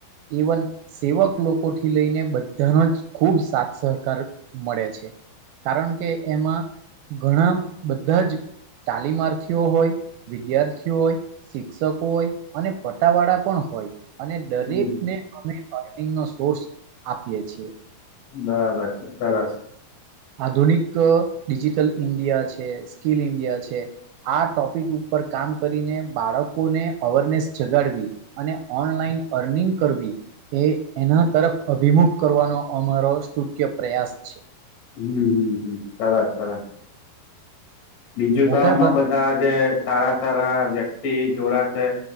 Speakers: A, on the right; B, on the left.
A: એવન સેવક લોકો થી લઈને બધાનો જ ખૂબ સાથ સહકાર મળે છે. કારણ કે એમાં ઘણા બધા જ. તાલીમાર્થીઓ હોય વિદ્યાર્થીઓ હોય શિક્ષકો હોય અને પટ્ટાવાળા પણ હોય. અને દરેકને
B: હમ
A: અમે અર્નિંગ નો સોર્સ આપીએ છીએ.
B: બરાબર છે, સરસ.
A: આધુનિક ડિજિટલ ઇન્ડિયા છે, સ્કીલ ઇન્ડિયા છે, આ ટોપિક ઉપર. પર કામ કરીને બાળકોને અવેરનેસ જગાડવી અને ઓનલાઈન અર્નિંગ કરવી. એ એના
B: હમ
A: તરફ અભિમુખ કરવાનો અમારો સ્ટુટ્ય પ્રયાસ છે.
B: હમ હમ હમ સરસ સરસ. બીજું
A: મોટા
B: તો અમાં
A: ભાગ
B: બધા જે સારા સારા વ્યક્તિ જોડાશે.